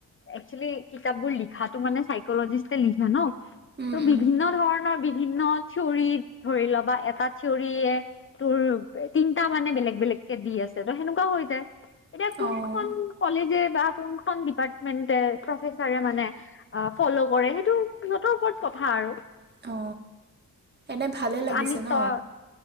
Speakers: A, on the left; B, on the right.
A: একচুৱেলি কিতাপ বোৰ লিখা কথাটো মানে সাইকলগিষ্টে লিখে ন
B: উম
A: ত ' বিভিন্ন
B: উম
A: ধৰণৰ বি বিভিন্ন থিয়ৰিত ধৰি ল বা এটা থিয়ৰিয়ে তোৰ তিনটা মানে বেলেগ - বেলেগ। দি আছে ত' সেনেকুৱা হৈ যায় এতিয়া কোনখন
B: অঁ
A: কলেজে বা কোনখন ডিপাৰ্টমেণ্ট প্ৰফেছৰে মানে ফল্লো কৰে সেইটো সিহতৰ উপৰত ক থা আৰু।
B: অ, এনে ভালে লাগিছে
A: আমি
B: ন।
A: তই